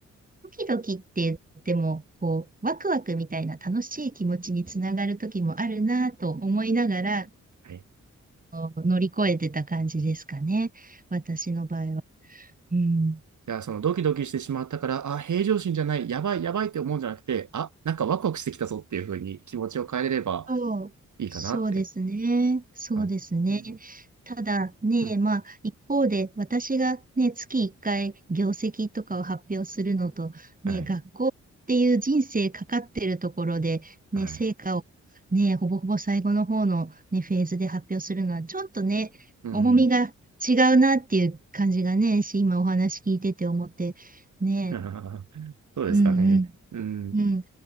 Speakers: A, on the right (about 25°); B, on the right (about 65°).
A: ドキドキって言っても、こう、ワクワクみたいな楽しい気持ちにつながる時もあるなと思いながら、
B: はい。
A: こう乗り越えてた感じですかね。私の場合は。うん。
B: じゃあ、そのドキドキしてしまったから、あ、平常心じゃない、やばい、やばいって思うんじゃなくて、あ、なんかワクワクしてきたぞっていうふうに気持ちを変えれれば
A: そう、
B: いいかなって。
A: そうですね。そうですね。
B: はい。ね
A: ただね、
B: うん。
A: まあ、一方で、私がね、月1回業績とかを発表するのと、ね、
B: はい。
A: 学校っていう人生かかってるところで、ね、
B: はい。
A: 成果をね、ほぼほぼ最後の方のね、フェーズで発表するのは、ちょっとね、
B: うん。
A: 重みが違うなっていう感じがね、し、今お話聞いてて思って、ね、
B: <laughs> そうですかね。
A: うん
B: うん。
A: うん。うん。